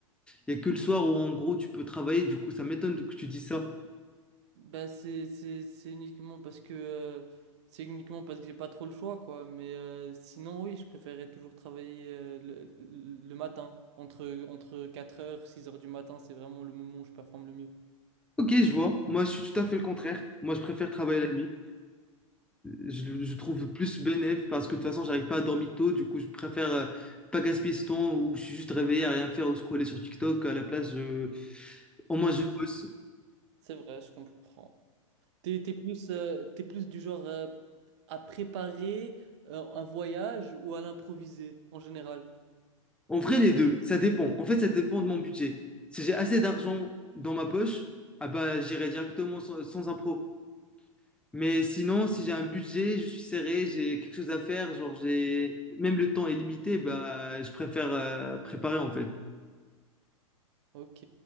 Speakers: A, in the centre; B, on the right.
A: Il y a que le soir où, en gros, tu peux travailler. Du coup, ça m'étonne que tu dis ça.
B: Bah c'est c'est c'est uniquement parce que euh, c'est uniquement parce que j'ai pas trop le choix quoi, mais euh, sinon oui, je préférerais toujours travailler euh, le, le- le matin entre entre quatre heures six heures du matin, c'est vraiment le moment où je performe le mieux.
A: Ok, je vois. Moi, je suis tout à fait le contraire. Moi, je préfère travailler la nuit. Je, je trouve plus bénéf parce que de toute façon, j'arrive pas à dormir tôt. Du coup, je préfère euh, pas gaspiller ce temps où je suis juste réveillé à rien faire ou scroller sur TikTok. À la place, je... au moins,
B: Et
A: je bosse.
B: c'est vrai, je comprends. T'es t'es plus euh, t'es plus du genre euh, à préparer euh, un voyage ou à l'improviser en général?
A: En vrai, les deux, ça dépend. En fait, ça dépend de mon budget. Si j'ai assez d'argent dans ma poche, ah bah, j'irai directement sans, sans impro. Mais sinon, si j'ai un budget, je suis serré, j'ai quelque chose à faire, genre j'ai même le temps est limité, bah, je préfère euh, préparer en fait.
B: Ok,